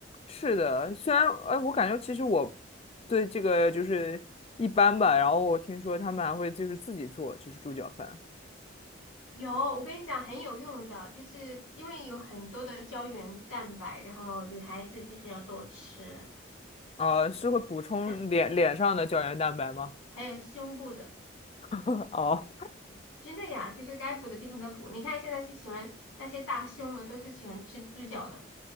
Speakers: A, on the left; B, on the left.
A: 是的，虽然哎，我感觉其实我对这个就是一般吧。然后我听说他们还会就是自己做，就是猪脚饭。
B: 有我跟你讲很有用的，就是因为有很多的胶原蛋白，然后女孩子就是要多吃，
A: 啊、是会补充脸脸上的胶原蛋白吗？
B: 真的还有胸部的。
A: <laughs> 哦
B: 真的呀，就是该补的地方都补。你看现在是喜欢那些大胸的，都是喜欢吃猪脚的